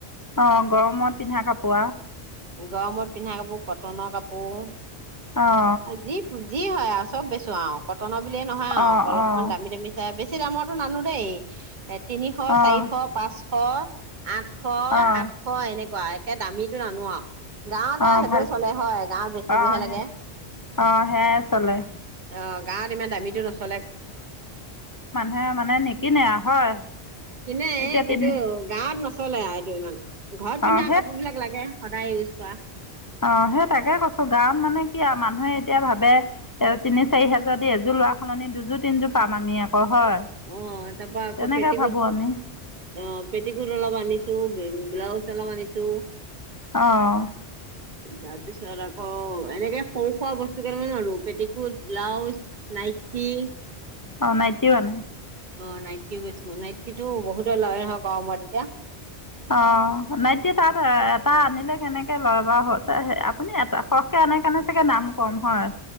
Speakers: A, on the left (about 25°); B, on the right (about 45°).
A: অঁ গৰমত পিন্ধা কাপোৰ আৰু
B: গৰমত পিন্ধা কাপোৰ কটনৰ কাপোৰ
A: অঁ
B: যি যি হয় আৰু চব বেচো আৰু কটনৰ বুলিয়ে নহয় আৰু
A: অঁ
B: অকল অকমান
A: অঁ
B: দামি দামী চাই বেছো বেছি দামত নানো দেই এ তিনিশ,
A: অঁ
B: চাৰিশ, পাঁচশ অ আঠশ,
A: অঁ
B: সাতশ এনেকে একে দামী টো নানো আৰু গাঁৱত
A: অঁ
B: আৰু সেইটোৱে
A: ভাল
B: চলে হয় গাঁৱত বেচিবহে
A: অঁ
B: লাগে
A: অঁ সেয়াই চলে
B: আহ গাঁৱত ইমান দামীটো নচলে
A: হে মানে নিকিনে হয়
B: কিনে
A: এতিয়া
B: এই কিন্তু
A: তিনি
B: গাঁৱত নচলে আৰু এইটো ইমান ঘৰত পিন্ধা
A: অঁ
B: কাপোৰ বিলাক লাগে সদায় ইউজ কৰা
A: অ সেই তাকে কৈছো গাঁত মানে কি আৰু মানুহে এতিয়া ভাবে এ তিনি চাৰি হেজাৰ দি এযোৰ লৰা সলনি দুযোৰ তিনযোৰ পাম আমি আকৌ হয়
B: অ তাৰপা আকৌ
A: তেনেকৈ
B: পেটিকুট
A: ভাবোঁ আমি
B: অ পেটিকুট অলপ আনিছো ব্লাউজ অলপমান আনিছোঁ
A: আহ
B: তাৰ পিছত আকৌ এনেকে সৰু সুৰা বস্তু অলপ কেইটা মানে আনো পেটিকোট ব্লাউজ নাইটি
A: অ নাইটি ও আনে
B: অ নাইটিও বেছো নাইটি টো বহুতে লয় হয় গমৰত তেতিয়া
A: অ নাইটি তাত এটা আনিলে কেনেকে লয় বাৰু আপুনি এটা সৰহকে আনেকাৰণে চাগে দাম কম হয়